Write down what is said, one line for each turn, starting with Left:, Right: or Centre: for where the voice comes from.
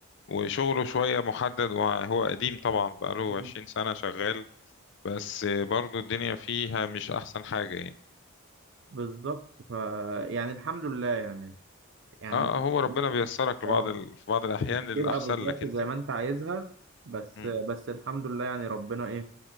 Left: وشغله شوية محدد وهو قديم طبعا بقاله
Right: مم.
Left: 20 سنة شغال بس آه، برضو الدنيا فيها مش احسن حاجة يعني
Right: بالظبط ف يعني الحمد لله يعني يعني
Left: اه
Right: ممكن
Left: آه، هو ربنا
Right: ممكن
Left: بيسرك لبعض
Right: اه
Left: ال... في بعض الاحيان
Right: مش بتبقى
Left: للاحسن
Right: بالظبط
Left: لك انت
Right: زي ما أنت عايزها بس
Left: مم.
Right: بس الحمد لله يعني ربنا إيه